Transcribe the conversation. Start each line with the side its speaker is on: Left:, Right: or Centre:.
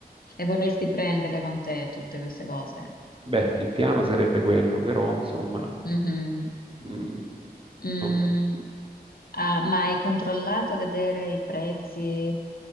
Left: E vorresti prenderle con te tutte queste cose?
Right: Beh, il piano sarebbe quello, però insomma,
Left: Mhm.
Right: mm,
Left: Mm,
Right: non-
Left: ah, ma hai controllato a vedere i prezzi,